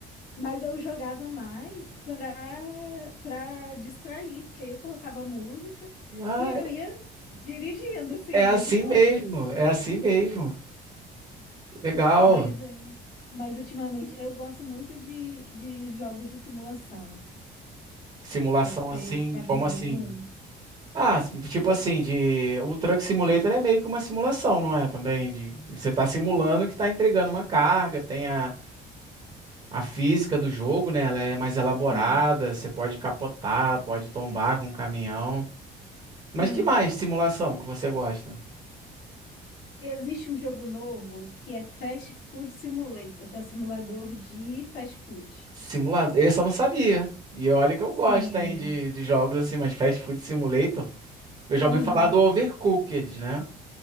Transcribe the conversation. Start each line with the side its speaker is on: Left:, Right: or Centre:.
Left: Mas eu jogava mais para para distrair, porque aí eu colocava música
Right: Ah,
Left: e eu ia dirigindo, assim,
Right: é assim
Left: bem de boa.
Right: mesmo, é assim mesmo. Legal.
Left: Mas, é, mas ultimamente eu gosto muito de, de jogos de simulação.
Right: Simulação
Left: Você
Right: assim,
Left: já viu
Right: como assim?
Left: algum?
Right: Ah,
Left: Sim,
Right: tipo assim, de o Truck Simulator é meio que uma simulação, não é? Também de você tá simulando que tá entregando uma carga, tem a, a física do jogo, né? Ela é mais elaborada,
Left: sim.
Right: você pode capotar, pode tombar com o caminhão. Mas
Left: sim.
Right: que mais simulação que você gosta?
Left: Existe um jogo novo que é Fast Food Simulator, que é um simulador de fast food.
Right: Simulado, esse eu não sabia. E olha que eu
Left: Sim.
Right: gosto, hein, de, de jogos assim, mas Fast Food Simulator. Eu já
Left: Aham,
Right: ouvi falar do Overcooked, né?